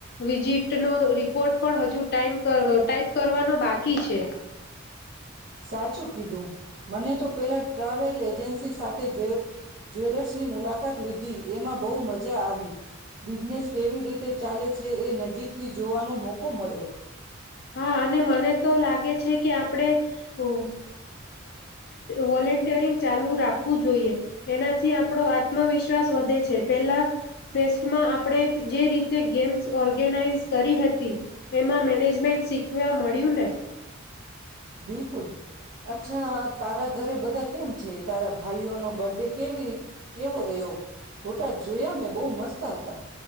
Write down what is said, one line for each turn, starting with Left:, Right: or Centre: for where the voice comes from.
Left: વિઝિટનોો રિપોર્ટ પણ હજુ ટ ટાઈપ કરવાનો બાકી છે.
Right: સાચું કીધું મને તો પેલા ટ્રાવેલ એજન્સી સાથે જ્વેલર્સ. ની મુલાકાત લીધી. એમાં બહુ મજા આવી બિઝનેસ કેવી રીતે ચાલે છે એ નજીક. થી જોવાનો મોકો મળ્યો.
Left: હા અને મને તો લાગે છે કે આપણે વ વોલન્ટિયરિંગ ચાલુ રાખવું જોઈએ એનાથી આપણો આત્મવિશ્વાસ વધે છે પેલા ફેસ્ટમાં આપણે જે રીતે ગેમ્સ ઓર્ગેનાઈઝ કરી હતી એમાં મેનેજમેન્ટ. શીખવા મળ્યું ને.
Right: બિલકુલ અચ્છા તારા ઘરે બધા કેમ છે તારા ભાઈઓનો બર્થડે કેવી કેવો રહ્યો ફોટા જોયા મેં બહુ મસ્ત હતા.